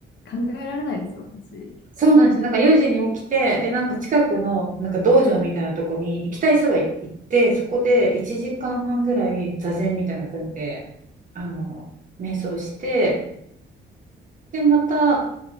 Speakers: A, on the left; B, on the right.
A: 考えられないですよ、私。
B: そうなんですよ。なんか4時に起きて、で、なんか近くのなんか道場みたいなとこに行きたい人がい行って、そこで1時間半ぐらい座禅みたいなの組んで、あの、瞑想して、で、また